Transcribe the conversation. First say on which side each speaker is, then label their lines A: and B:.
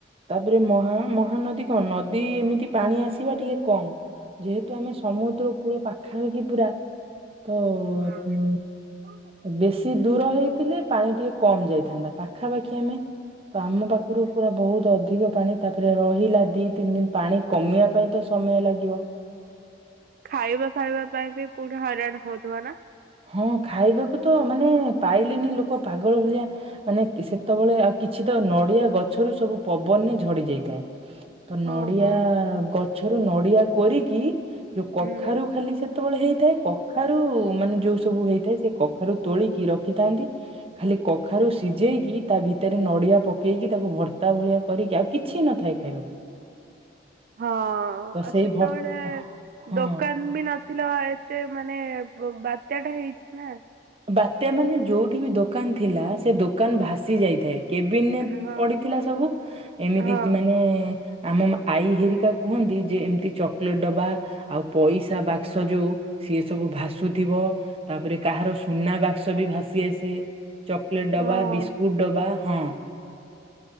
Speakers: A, on the right; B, on the right.
A: ତାପରେ ମହା ମହାନଦୀ କଁ ନଦୀ ଏମିତି ପାଣି ଆସିବା ଟିକେ କମ୍ ଯେହେତୁ ଆମେ ସମୁଦ୍ର କୂଳ ପାଖା ପାଖି ପୁରା ତ
B: <inaudible>
A: ଉଁ ବେଶୀ ଦୂର ହେଇଥିଲେ ପାଣି ଟିକେ କମ୍ ଯାଇଥାନ୍ତା ପାଖାପାଖି ଆମେ। ତ ଆମ ପାଖରୁ ପୁରା ବହୁତ ତ ଅଧିକ ପାଣି ତାପରେ ରହିଲା ଦି ତିନି ଦିନ ପାଣି କମିବା ପାଇଁ ତ ସମୟ ଲାଗିବ।
B: ଖାଇବା ଫାଇବା ପାଇଁ ବି ପୁଣି ହଇରାଣ ହଉଥିବ ନା।
A: ହଁ ଖାଇବାକୁ ତ ମାନେ ପାଇଲେନି ଲୋକ କ ପାଗଳ ଭଳିଆ ମାନେ ସେତେବେଳେ ଆଉ କିଛି ତ ନଡିଆ ଗ ଛରୁ ସବୁ ପବନରେ ଝଡି ଯାଇଥାଏ। ତ ନଡିଆ
B: ହଁ ହଁ।
A: ଗଛରୁ ନଡିଆ କୋରିକି ଯୋଉ କଖାରୁ
B: ହୁଁ
A: ଖାଲି ସେ ଯେତେବେଳେ ହେଇଥାଏ କଖାରୁ ମାନେ ଯୋଉ ସବୁ ହେଇଥାଏ ସେ କଖାରୁ ତୋଳିକି ରଖିଥାନ୍ତି। ଖାଲି କଖାରୁ ସିଝେଇକି ତା ଭିତରେ ନଡିଆ ପକେଇକି ତାକୁ ଭର୍ତ୍ତା ଭଳିଆ କରିକି ଆଉ କିଛି ନଥାଏ ଖାଇବାକୁ।
B: ହଁ ଆଉ
A: ତ ସେଇ
B: ସେତେବେଳେ
A: ଭର୍ତ୍ତା ହଁ
B: ଦୋକାନ ବି ନ ଥିଲା ଏତେ ମାନେ ବାତ୍ୟା ଟା ହେଇଛି ନା।
A: ବାତ୍ୟା ମାନେ ଯୋଉଠି ବି ଦୋକାନ ଥିଲା ସେ ଦୋକାନ ଭାସି ଯାଇଥାଏ କେବିନରେ
B: ହଁ
A: ପଡିଥିଲା ସବୁ ଏମିତି
B: ହଁ
A: କି ମାନେ- ଆମ ଆଈ ହେରିକା କୁହନ୍ତି ଯେ ଏମିତି ଚକୋଲେଟ ଡବା ଆଉ ପଇସା ବାକ କ୍ସ ଯୋଉ ସିଏ ସବୁ ଭାସୁଥିବ ତାପରେ କାହାର ସୁନା ବାକ୍ସ ବି ଭାସି ଆସେ ଚକୋଲେଟ
B: ହଁ।
A: ଡ ବା ବିସ୍କୁଟ ଡବା ହଁ।